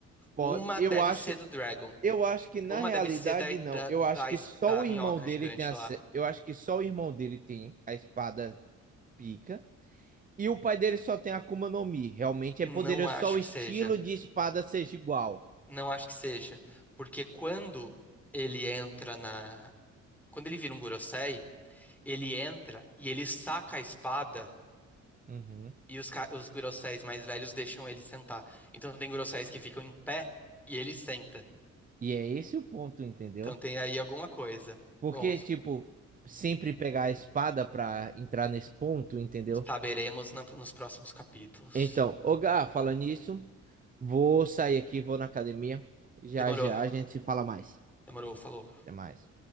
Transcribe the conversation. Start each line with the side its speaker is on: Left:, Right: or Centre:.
Right: pô,
Centre: uma
Right: eu
Centre: deve
Right: acho,
Centre: ser do Dragon.
Right: eu acho que na
Centre: Uma
Right: realidade
Centre: deve ser da,
Right: não.
Centre: da,
Right: Eu acho
Centre: da,
Right: que
Centre: es-
Right: só
Centre: da
Right: o
Centre: minhoca
Right: irmão dele
Centre: gigante
Right: tem a,
Centre: lá.
Right: se- eu acho que só o irmão dele tem a espada pica. E o pai dele só tem a Akuma no Mi. Realmente
Centre: Não
Right: é poderoso
Centre: acho
Right: só o
Centre: que
Right: estilo
Centre: seja.
Right: de espada seja igual.
Centre: Não acho que seja. Porque quando ele entra na. Quando ele vira um Gorosei, ele entra e ele saca a espada
Right: Uhum.
Centre: e os, ca- os Goroseis mais velhos deixam ele sentar. Então tem Goroseis que ficam em pé e ele senta.
Right: E é esse o ponto, entendeu?
Centre: Então tem aí alguma coisa.
Right: Porque,
Centre: Bom,
Right: tipo, sempre pegar a espada pra entrar nesse ponto, entendeu?
Centre: saberemos na- nos próximos capítulos.
Right: Então, ô Gá, falando nisso, vou sair aqui, vou na academia. Já
Centre: Demorou,
Right: já a gente se fala mais.
Centre: demorou, falou.
Right: Até mais.